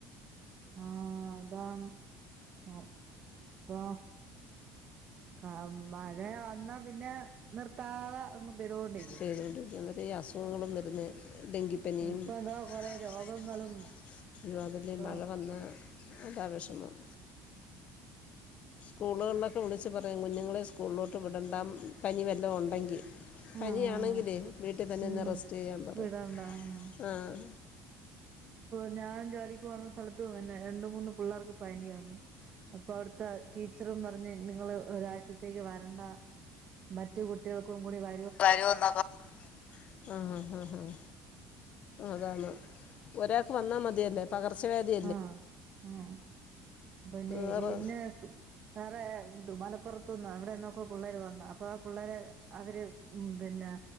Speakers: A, on the right; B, on the left.
A: ആഹ് അതാണ് ന്നോ ഇപ്പാ ക മഴ വന്നാ പിന്നെ നിർത്താതെ അങ്ങ് പെയ്തോണ്ടിരിക്കും
B: പെയ്തോണ്ടിരിക്കും അന്നേരാ ഈ അസുഖങ്ങളും വരുന്നെ ഡെങ്കി പനിയും
A: ഇപ്പൊ
B: എന്താ
A: എന്തോ കൊറേ
B: അങ്ങനെ
A: രോഗങ്ങളും
B: അയ്യോ അതല്ലേ
A: ഇപ്പൊ
B: ഈ മഴ വന്നാ അതാ വെഷമം സ്കൂളുകളിലൊക്കെ വിളിച്ച് പറയും കുഞ്ഞുങ്ങളെ സ്കൂളിലോട്ട് വിടണ്ട പനി വെല്ലോം ഉണ്ടെങ്കി
A: ആഹ്
B: പനിയാണെങ്കിലേ
A: ആഹ്
B: വീട്ടിതന്നെ നിന്ന്
A: ഉം
B: റെസ്റ്റ് ചെയ്യാൻ പറയും
A: വിടണ്ട
B: ആഹ്
A: പ്പയോ ഞാൻ ജോലിക്ക് പോണ സ്ഥലത്തും ഇങ്ങനെ രണ്ട് മൂന്ന് പിള്ളാർക്ക് പനിയാന്ന് അപ്പൊ അവിടെത്തെ റ്റിച്ചറും പറഞ്ഞ് നിങ്ങള് ഒരാഴ്ചത്തേക്ക് വരണ്ട മറ്റ് കുട്ടികൾക്കും കൂടി വ
B: വരു എന്നാ പർഞ്ഞത് ആഹ് ആഹ് ആഹ് അതാണ് ഒരാക്ക് വന്നാൽ മതിയല്ലോ പകർച്ചവ്യാധി
A: ആഹ് ഉം അപ്പൊ പിന്നെ
B: വേറെ
A: ഇന്നെ അസു വേറെ ന്തു മലപ്പുറത്ത്ന്നോ എവിടെ നിന്നൊക്കോ പുള്ളേര് വന്ന് അപ്പൊ ആ പുള്ളേര് അവര് ഉം പിന്നെ